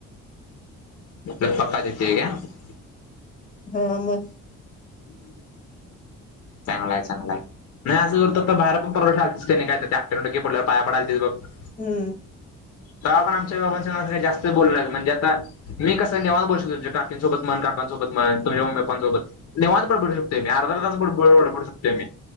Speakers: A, on the left (about 55°); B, on the left (about 25°).
A: <unintelligible>
B: हा मग
A: चांगलाय चांगलाय. <unintelligible>
B: हम्म.
A: तवा पण आमच्या आई बाबां संग जास्त बोलन म्हणजे आता मी कसं निवांत बसलोय काकीसोबत म्हण. काकांसोबत म्हण <unintelligible> निवांत बडबडू शकतोय, अर्धा तास बडबडू शकतोय मी.